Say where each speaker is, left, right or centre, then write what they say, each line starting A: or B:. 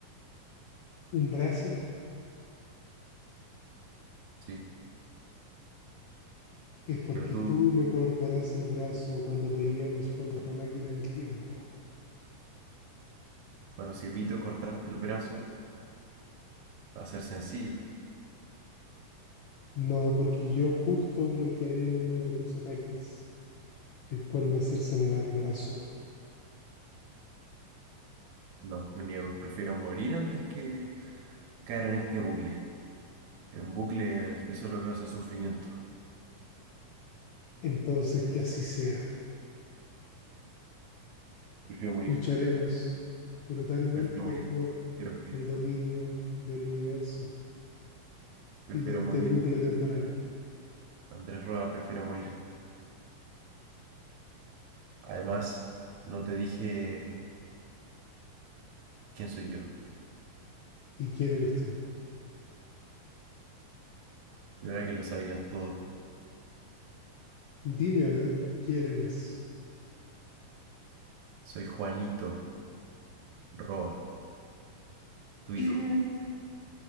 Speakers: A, on the left; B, on the right.
A: un brazo?
B: Sí,
A: Es porque
B: pero tú,
A: tú me cortarás el brazo cuando peleamos por la máquina del tiempo.
B: bueno, si evito cortarte el brazo, va a ser sencillo.
A: No, porque yo justo bloquearé uno de tus ataques, el cual me cercenará el brazo.
B: No, me niego. Prefiero morir antes que caer en este bucle. Un bucle que solo causa sufrimiento.
A: Entonces que así sea.
B: Prefiero morir,
A: Lucharemos brutalmente
B: prefiero morir,
A: por
B: prefiero morir,
A: el dominio del universo
B: prefiero
A: y de este
B: morir.
A: bucle temporal.
B: Andrés Roa, prefiero morir. Además, no te dije ¿Quién soy yo?
A: ¿Y quién eres tú?
B: Yo era que lo sabías todo.
A: Dime a ver, ¿quién eres?
B: Soy Juanito Roa, tu
A: ¿Quién?
B: hijo.